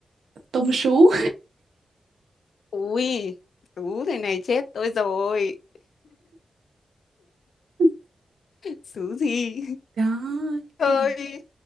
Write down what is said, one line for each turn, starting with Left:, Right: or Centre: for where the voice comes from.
Right: tôm sú
Left: Ui, tú thế này chết tôi rồi.
Right: <laughs>
Left: Xứ gì?
Right: đó
Left: Thôi,
Right: cái